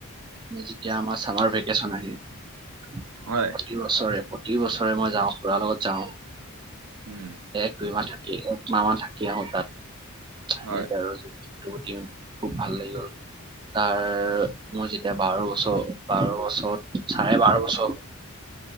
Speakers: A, on the right; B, on the right.
A: যেতিয়া আমাৰ চামাৰ ভেকেচন আহে, প্ৰতি
B: হয়
A: বছৰে প্ৰ তি বছৰে মই যাওঁ খুৰাৰ লগত যাওঁ,
B: উম
A: এক দুই মাহ থা একমাহ মান থাকি আহো তাত সেনেকে
B: হয়
A: আৰু প্ৰতি মানে খুব ভাল লাগি গ'ল। তাৰ মোৰ যেতিয়া বাৰ বছৰ বাৰ বছৰত চাৰে বাৰ বছৰ হল।